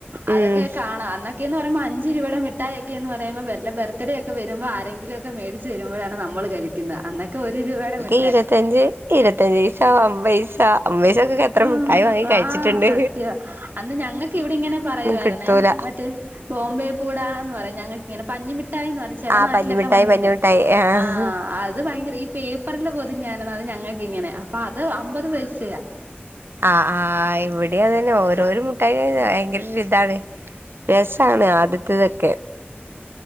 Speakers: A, on the right (about 50°); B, on the right (about 65°).
A: അതൊക്കെ
B: ഉം
A: കാണാം ക്കേന്നറയുമ്പൊ അഞ്ച് രൂപയുടെ മിഠായിയൊക്കേന്നറയുമ്പൊ വെല്ലെ ബർത്ത്ഡേയൊക്കെ വെരുമ്പോ ആരെങ്കിലൊക്കെ മേടിച്ച് തരുമ്പഴാണ് നമ്മള് കഴിക്ക് ന്നെ അന്നക്കെ ഒരു രൂപയുടെ മി
B: ഇരുവത്തഞ്ച് ഇരുവത്തഞ്ചെയ്സാ അമ്പൈസാ അമ്പയ്സക്കൊക്കെത്ര
A: ആഹ്
B: മിഠായി വാങ്ങി
A: ആഹ്
B: കഴിച്ചിട്ട്ണ്ട്
A: സത്യവാ അന്ന് ഞങ്ങക്ക് ഇവിടെയിങ്ങനെ പറയുവായിരുന്നേ
B: കിട്ടൂല
A: മറ്റേ ബോംബെ പൂട എന്ന് പറയും ഞങ്ങക്ക്ങ്ങെനെ പഞ്ഞി മിഠായീന്ന് പറയു ചേലെ
B: ആഹ്
A: നാട്ട്ലൊക്കെ
B: പഞ്ഞിമിഠായി
A: പഞ്ഞി
B: പഞ്ഞിമിഠായി
A: മിഠായി
B: ആഹ്
A: ആ അത് ഭയങ്കര ഈ പേപ്പറില് പൊതിഞാര്ന്നെ അത് ഞങ്ങക്കിങ്ങെനെ അപ്പൊ അത് അമ്പത് പൈസയാ
B: ആഹാ ആഹ് ഇവിടിയതന്നെ ഓരോരു മുട്ടായി ഭയങ്കരൊരുതാണ് രെസാണ് ആദ്യത്തതെക്കെ